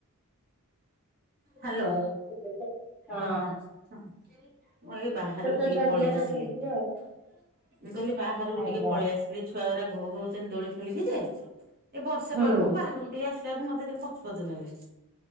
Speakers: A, on the right; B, in the centre.
A: ହାଲୋ।
B: ହଉ ଛୋଟ ଛୁଆ- ହଁ
A: ହଁ-ହଁ-ହ ମୁଁ ଏଇ ବାହ ବାହାରକୁ
B: ଛୋଟ
A: ଟିକେ
B: ଛୁଆ
A: ପଳେଇ
B: ଥିଲେ
A: ଆସିଲି
B: ତ ସେମିତି
A: ମୁଁ
B: ଆଉ
A: କହିଲି ବାହାରକୁ
B: ଆଜ୍ଞା
A: ଟିକେ ପଳେଇ ଆସ ଛୁଆ ଗୁଡା ଘୋ ଘା ହଉଛନ୍ତି ଦୋଳି ଖେଳିକି ଯେ, ଏ ବର୍ଷା
B: ହୁଁ
A: ପାାଗକୁ ବାହାରକୁ ଟିକେ ଆସ ସୋଏଆକୁ ମତେ ଟିକେ ପଚ ପଚ ଲାଗେ।